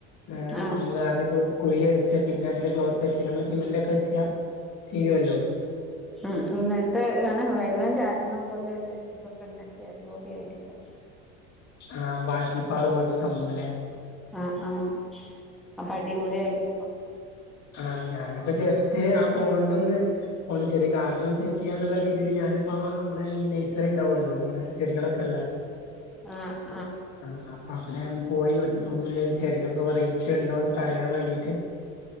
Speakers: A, on the left (about 50°); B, in the centre.
A: ഏ
B: ആഹ്
A: നമ്മള് ആദ്യം കുഴിയെടുത്ത് പിന്നെ അതില് ക്ലോത്ത് വച്ച് പിന്നെ നമ്മള് സിമെന്റ് ഒക്കെ വെച്ച് ചെയ്യുവല്ലോ
B: ഉം എന്നിട്ട് നെ വെള്ളം ചാഴുന്ന പോലെ ഒരു ഇതൊക്കെ ഉണ്ടായി അത് മതിയായിരിക്കും
A: ആഹ് വാട്ടർ ഫാള് പോലത്തെ സംഭവം അല്ലേ
B: ആഹ് ആഹ് അപ്പോ അടിപോളി ആയിരിക്കും
A: ആഹ് ഞാനിപ്പോ ജസ്റ്റ് ആ പോണ്ട് ഒന്ന് അതോണ്ട് ചെറിയ ഗാർഡനന്ന് സെറ്റ് ചെയ്യാന്നുള്ള രീതിൽ ഞാനിപ്പോ നമ്മുടെ നഴ്സറി ഉണ്ടാവമല്ലോ അനെ ചെടികളൊക്കെ ഉള്ളേ <unintelligible>
B: ആഹ് ആഹ്
A: ആഹ് അപ്പൊ അവിടെ ഒന്ന് പോയി നോക്കിപ്പോ ചെടികൾക്ക് റേറ്റ് ഉണ്ടോന്നൊക്കെറിയാൻ വേണ്ടിട്ട്